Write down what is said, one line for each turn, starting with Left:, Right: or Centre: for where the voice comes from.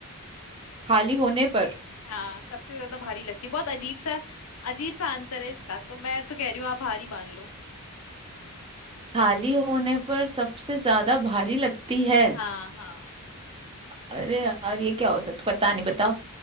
Right: खाली होने पर
Left: हाँ सबसे ज्यादा भारी लगती है बहुत अजीब सा अजीब सा आंसर है इसका तो मैं तो कह रही हूँ आप हारी मान लो
Right: खाली होने पर सबसे ज्यादा भारी लगती है
Left: हाँ हाँ
Right: अरे यार ये क्या हो सकता पता नहीं बताओ